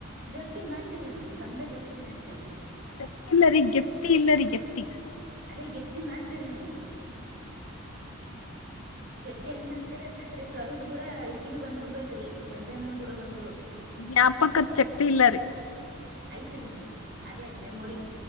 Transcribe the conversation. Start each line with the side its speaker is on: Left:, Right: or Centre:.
Right: ಜಪ್ತಿ ಮಾಡ್ತವ್ರಿ ನಾವ್ ಚಂದ ಜಪ್ತಿ ಮಾಡ್ತೀವ್ರಿ <unintelligible>
Left: ಗಪ್ತಿ ಇಲ್ಲರಿ ಗೆಪ್ತಿ ಇಲ್ಲ ರೀ ಪ್ತಿ <unintelligible>
Right: ಅದೇ ಗೆಪ್ತಿ ಮಾಡ್ತಿವಿ ರೀ ನಮಗೆ ಪ್ತಿ ಹೆಂಗ್ ಮಾಡ್ತೀರ ್ರೀ ಸರದ್ ಕೂಡ ಈಕಿನನು ಬಂದ್ಬ ಬಿಡ್ಬೇಕ್ರೀ ವಂಜನನು ಕೂಡ ಬಂದ್ಬ ಬಿಡ್ಬೇಕು
Left: ವ್ಞ್ಯಾಪಕದ ಶಕ್ತಿ ಇಲ್ಲ ರೀ
Right: ಐತ್ರಿ ನಿಮಗ ಅದೇ ಮೆಮೊರಿ